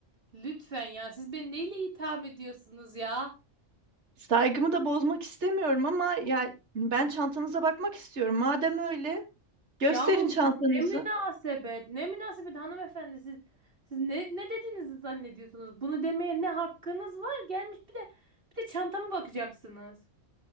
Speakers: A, on the right (about 45°); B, on the right (about 65°).
A: lütfen ya. Siz beni neyle itham ediyorsunuz ya?
B: Saygımı da bozmak istemiyorum ama ya ben çantanıza bakmak istiyorum. Madem öyle gösterin
A: Yahu
B: çantanızı.
A: bu ne münasebet, ne münasebet hanımefendi siz siz ne ne dediğinizi zannediyorsunuz? Bunu demeye ne hakkınız var? Gelmiş bir de bir de çantama bakacaksınız.